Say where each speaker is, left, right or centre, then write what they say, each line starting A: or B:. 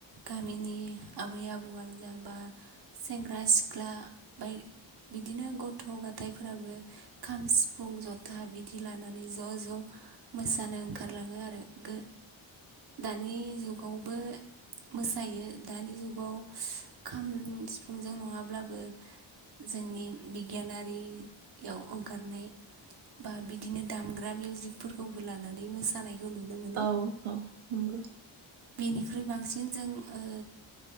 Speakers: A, on the right (about 50°); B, on the right (about 85°).
A: गामिनि आबै आबौआानो जा बा सेंग्रा सिख्ला बाय बिदिनो गथ' गथाइफोराबो खाम, सिफुं, जथा बिदि लानानै ज' ज' मोसानो ओंखारलाङो आरो गो दानि जुगावबो मोसायो दानि जुगाव खाम सिफुंजों नङाब्लाबो जोंनि बिगियानारियाव ओंखारनाय बा बिदिनो दामग्रा मिउजिकफोरखौबो लानानै मोसा जानायखौ नुनो मो
B: औ औ नंगौ।
A: बेनिख्रुइ बांसिन जों ओ